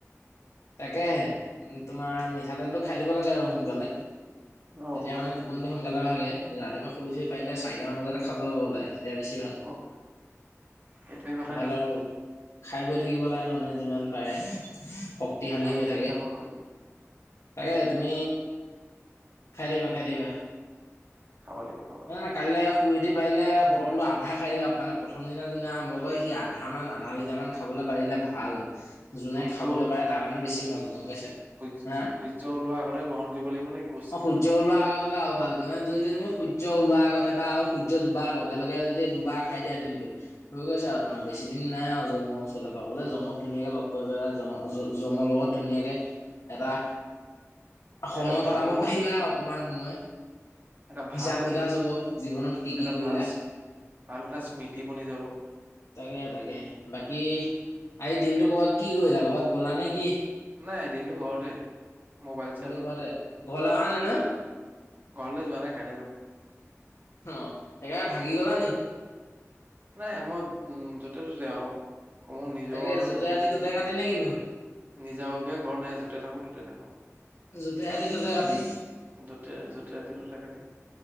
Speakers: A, on the left (about 80°); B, on the right (about 40°).
A: তাকেহে তোমাৰ মিঠাতেলটো খাই দিব লাগে আৰু সোনকালে।
B: অ
A: তেতিয়া
B: হয়
A: মানে
B: নেকি
A: টোপনিটো সোনকালে ভাগে যে ৰাতিপুৱা শুই থঠ পাৰিল চাৰিট মান বজাতে খাবলৈ পাব এতিয়া বেছি ভাল
B: অ' সেইটোৱে কথা
A: ভাল
B: নেকি
A: আৰু খাই বৈ থাকিব মানে যিমান পাৰে। শক্তিশালী
B: ভাল
A: হৈ
B: জ্ঞানটা
A: থাকে।
B: পালো আজি।
A: তাকে তুমি খাই দিবা - খাই দিবা।
B: খাব লাগিব খাব
A: <unintelligible>
B: লাগিব
A: নাই কাললৈ শুই উঠি পাৰিলে বটলটো আধা খাই দিবা মানে প্ৰথম দিনা যোনে আৰম্ভ কৰে সি আধা মান আধা লিটাৰ মান খাবলৈ পাৰিলে ভাল যোনে
B: সূৰ্য
A: খাবলৈ পায় তাৰ কাৰণে বেছি ভাল গম পাইছা।
B: সূয-সূৰ্য
A: হা
B: ওলোৱা আগতে গ্ৰহণ কৰিব লাগিব নে কি বচ
A: অ, সূৰ্য উলোৱা আগত হ'লে আৰু ভাল মানে যদি সূৰ্য ওলোৱাৰ আগত এবাৰ সূৰ্য দুবাৰ লগে লগে যদি দুবাৰ খাই দিয়া দিনটোত। হৈ গৈছে আৰু
B: উম,
A: তোমাৰ বেছি দিন নাই আৰু জম লে পাবলৈ জমক ধুনীয়াকৈ লগ কৰিব পেল জম-জ-জমৰ লগত ধুনীয়াকে এটা সময়
B: এটা ভাল
A: কটাব পাৰিবা অকমান সময়।
B: এটা ভাল
A: হিচাপ নিকাচ হব জীৱনত কি
B: এটা
A: কি কৰিলা।
B: ভাল ভাল এটা স্মৃতি বনি যাব।
A: তাকে তাকে, বাকী আ দিনতটো কৰ'বাত কি কৰিলা কৰ'বাত গলা নে কি।
B: নাই দিনটো ঘৰতে। মোবাইল
A: কিন্তু
B: চালো
A: ঘৰতে, ঘৰলৈ অহা নাই ন?
B: ঘৰলে যোৱা নাই কাইলে যাম।
A: অ' এককাৰে ভাগি গলা নি।
B: নাই মই উম য'তে ত'তে আৰু ক মোৰ নিজৰ
A: তাকে য'তে
B: নি
A: ৰাতি ত'তে কাটি নে কিনো
B: নিজাববীয় ঘৰ নাই য'তে থাকো ত'তে থাকোঁ।
A: য'তে ৰাতি ত'তে কাটি
B: দুতে যতে ৰাতি দুটা কাটি।